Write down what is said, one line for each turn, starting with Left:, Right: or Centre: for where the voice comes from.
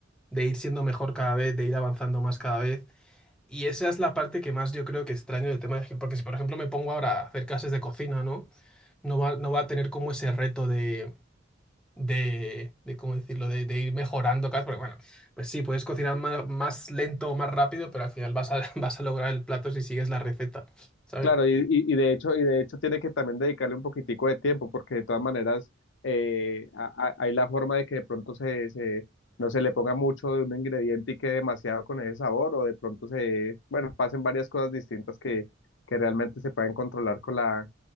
Centre: de ir siendo mejor cada vez, de ir avanzando más cada vez. Y esa es la parte que más yo creo que extraño del tema de gimnasio, porque si por ejemplo me pongo ahora a hacer clases de cocina, ¿no? No va, no va a tener como ese reto de, de, de ¿cómo decirlo?, de, de ir mejorando cada vez, porque bueno, pues sí, puedes cocinar más, más lento o más rápido, pero al final vas a, <laughs> vas a lograr el plato si sigues la receta, ¿sabes?
Left: Claro, y, y- y de hecho, y de hecho tiene que también dedicarle un poquitico de tiempo, porque de todas maneras eh, a- a- hay la forma de que de pronto se, se- no se le ponga mucho de un ingrediente y quede demasiado con ese sabor, o de pronto se, bueno, pasen varias cosas distintas que, que realmente se pueden controlar con la,